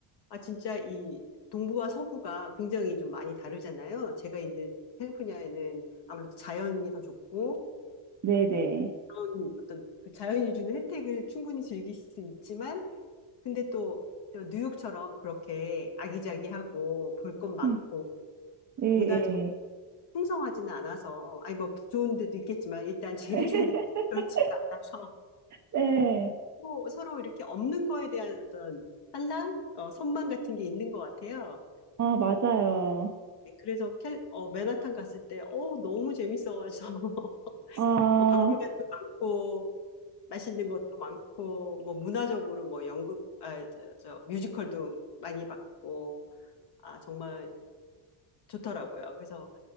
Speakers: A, on the left; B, on the right.
A: 아 진짜 이 동부와 서부가 굉장히 좀 많이 다르잖아요. 제가 있는 캘리포니아에는 아무래도 자연이 더 좋고
B: 네, 네.
A: 그런 어떤 그 자연이 주는 혜택을 충분히 즐길 수 있지만 근데 또, 또 뉴욕처럼 그렇게 아기자기하고 볼 것 많고
B: 네, 네,
A: 문화적
B: 네.
A: 풍성하지는 않아서, 아니 뭐 좋은 데도 있겠지만 일단 제가
B: <laughs>
A: 사는 곳은 그렇지가 않아서
B: 네.
A: 뭐 서로 이렇게 없는 거에 대한 어떤 한란, 어, 선망 같은 게 있는 것 같아요.
B: 아, 맞아요.
A: 그래서 캘, 어, 맨하탄 갔을 때, 어, 너무 재밌어가지고 <laughs>
B: 아,
A: 뭐 방문객도 많고 맛있는 것도 많고 뭐 문화적으로 뭐 연극, 아, 저, 저 뮤지컬도 많이 봤고 아 정말 좋더라고요. 그래서